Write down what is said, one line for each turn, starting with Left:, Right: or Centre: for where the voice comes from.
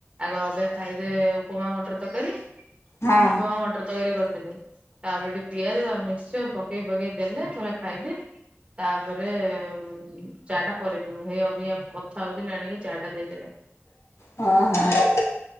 Right: ଆଗ ଅବେ ଖାଇଦେ ଉପମା ମଟର ତରକାରୀ
Left: ହଁ।
Right: ଉପମା ମଟର ତରକାରୀ କରିଥିଲେ। ତାପରେ ଟିକେ ପିଆଜ ମିକ୍ସଚର ପକେଇ ପକେଇ ଦେଲେ କହିଲେ ଖାଇଦେ। ତାପରେ ଆଉ ଚାଟା ପର ପିଇବୁ ହେଇ ଅବିକା ମୁଁ କଥା ହଉଥିଲି ଆଣିକି ଚାଟା ଦେଇଦେଲେ।
Left: ହଁ ହଁ।